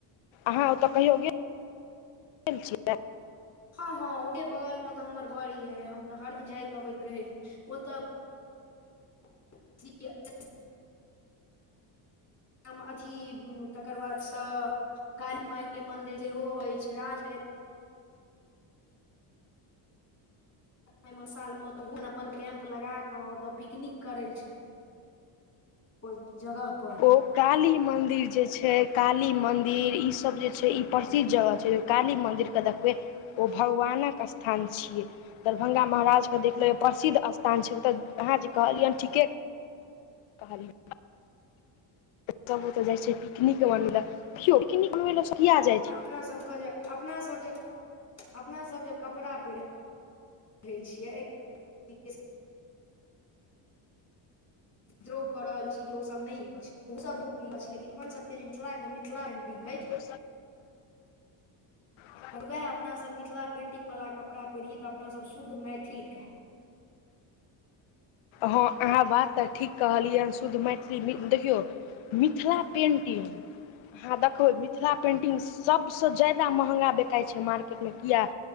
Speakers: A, on the left; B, on the left.
A: आहाँ ओ तऽ कहियो गेल गेल छियै
B: हँ हँ ओकर बगल में तऽ हमर घर यऽ हम तऽ हरदिन जायइत अबैत रही ओतऽ <unintelligible> में अथि तकर बादसँ काली माय के मंदिर सेहो अछि राज एमर साल में ओ तऽ ओ अपन कैम्प लगाकऽ ओतऽ पिकनिक करै छै ओहि जगह पर
A: ओ काली मंदिर जे छै काली मंदिर ई सब जे छै ई प्रसिद्ध जगह छै काली मन्दिर के देखबै ओ भगवानक स्थान छियै दरभ्ंगा महाराजके देखले प्रसिद्ध स्थान छै तऽ अहाँ जे कहलियै ठीके कहलीये सब ओते जाय छै पिकनिक मनबे ल यो पिकनिक मनबे किया जाय छै
B: अपनसब जे कपड़ा पहिरैत छी। कहै छियै <unintelligible> विद्रोह कऽ रहल छी जे ओसब नीक अछि ओहोसभ बहुत नीक अछि लेकिन अपनसभके जे मिथिलाके मिथिला पेन्टिंग अछि
A: ओ <unintelligible>
B: आर उएह अपनासभ मिथिला पेन्टिंगवला कपड़ा पहिरही तऽ अपनासभ शुद्ध मैथिलके कहैब
A: हँ अहाँ बात तऽ ठीक कहलियन शुद्ध मैथिली देखियौ मिथिला पेन्टिंग अहाँ देखबे मिथिला पेन्टिंग सब स ज्यादा महँगा बिकाइ छै मार्केट में किया